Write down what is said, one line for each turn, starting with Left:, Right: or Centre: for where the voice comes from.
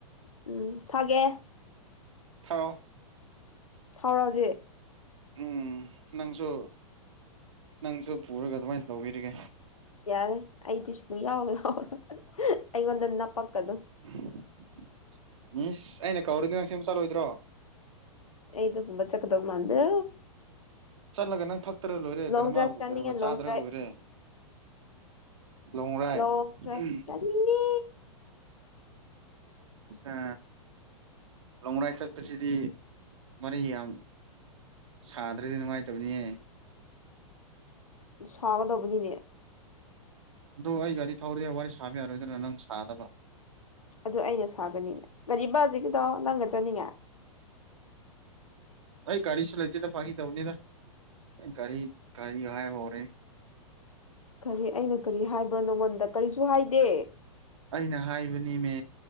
Left: ꯎꯝ ꯊꯥꯒꯦ
Right: ꯊꯥꯎ
Left: ꯊꯥꯎꯔꯥꯎꯖꯦ
Right: ꯎꯝ ꯅꯪꯁꯨ ꯅꯪꯁꯨ ꯄꯨꯔꯒ ꯑꯗꯨꯃꯥꯏꯅ ꯇꯧꯕꯤꯔꯤꯒꯦ
Left: ꯌꯥꯔꯦ ꯑꯩꯗꯤ ꯁꯨꯡꯌꯥꯎ ꯌꯥꯎꯔꯣꯏ ꯑꯩꯉꯣꯟꯗ ꯅꯄꯛꯀꯅꯨ
Right: <unintelligible> ꯏꯁ ꯑꯩꯅ ꯀꯧꯔꯒ ꯑꯁꯦꯡꯕ ꯆꯠꯂꯣꯏꯗ꯭ꯔꯣ
Left: ꯑꯩꯗꯨ ꯀꯕ ꯆꯀꯗꯒ ꯃꯥꯥꯟ꯭ꯔꯦ
Right: ꯆꯠꯂꯒ ꯅꯪ ꯊꯛꯇ꯭ꯔꯒ ꯂꯣꯏꯔꯦ
Left: ꯂꯣꯡ
Right: ꯀꯩꯅꯣꯃꯕꯨ
Left: ꯗ꯭ꯔꯥꯏꯚ ꯆꯠꯅꯤꯡꯉꯦ
Right: ꯆꯥꯗ꯭ꯔꯒ
Left: ꯂꯣꯡ ꯗ꯭ꯔꯥꯏꯚ
Right: ꯂꯣꯏꯔꯦ ꯂꯣꯡ ꯔꯥꯏꯗ
Left: ꯂꯣꯡ ꯗ꯭ꯔꯥꯏꯚ
Right: ꯑꯍꯝ
Left: ꯆꯠꯅꯤꯡꯉꯦ
Right: ꯑꯠꯁꯥ ꯂꯣꯡ ꯔꯥꯏꯗ ꯆꯠꯄꯁꯤꯗꯤ ꯋꯤꯔꯤ ꯌꯥꯝ ꯁꯥꯗ꯭ꯔꯗꯤ ꯅꯨꯡꯉꯥꯏꯇꯕꯅꯤꯍꯦ
Left: ꯁꯥꯒꯗꯕꯅꯤꯅꯦ
Right: ꯑꯗꯣ ꯑꯩ ꯒꯥꯔꯤ ꯊꯧꯔꯗꯤꯦ ꯋꯥꯔꯤ ꯁꯥꯕ ꯌꯥꯔꯣꯏꯗꯅ ꯅꯪ ꯁꯥꯗꯕ
Left: ꯑꯗꯨ ꯑꯩꯅ ꯁꯥꯒꯅꯤꯅꯦ ꯀꯔꯤꯕ ꯍꯧꯖꯤꯛꯀꯤꯗꯣ ꯅꯪꯒ ꯆꯠꯅꯤꯡꯉꯦ
Right: ꯑꯩ ꯒꯥꯔꯤꯁꯨ ꯂꯩꯇꯦꯗ ꯐꯥꯒꯤ ꯇꯧꯕꯅꯤꯗ ꯑꯩ ꯒꯥꯔꯤ ꯒꯥꯔꯤ ꯍꯥꯏꯕ ꯍꯧꯔꯦ
Left: ꯀꯔꯤ ꯑꯩꯅ ꯀꯔꯤ ꯍꯥꯏꯕ꯭ꯔꯣ ꯅꯪꯉꯣꯟꯗ ꯀꯔꯤꯁꯨ ꯍꯥꯏꯗꯦ
Right: ꯑꯩꯅ ꯍꯥꯏꯕꯅꯤꯃꯦ